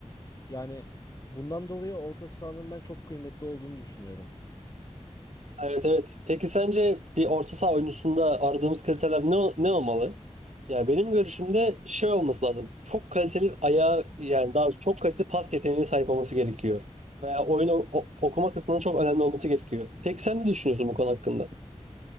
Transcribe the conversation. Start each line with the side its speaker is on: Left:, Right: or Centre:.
Left: Yani bundan dolayı orta sahanın ben çok kıymetli olduğunu düşünüyorum.
Right: Evet evet. Peki sence bir orta saha oyuncusunda aradığımız kriterler ne, ne olmalı? Ya benim görüşümde şey olması lazım. Çok kaliteli ayağı yani daha doğrusu çok kaliteli pas yeteneğine sahip olması gerekiyor. Veya oyunu o- okuma kısmının çok önemli olması gerekiyor. Peki sen ne düşünüyorsun bu konu hakkında?